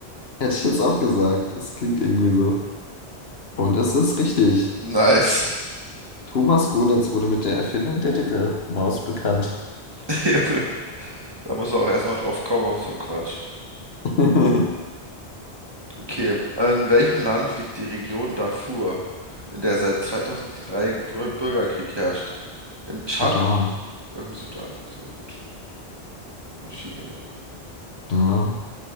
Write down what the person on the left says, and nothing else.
Hätte ich jetzt auch gesagt. Das klingt irgendwie so. Und es ist richtig.
Thomas Golitz wurde mit der Erfindung der Titelmaus bekannt.
<laughs>
Sudan.
Ja.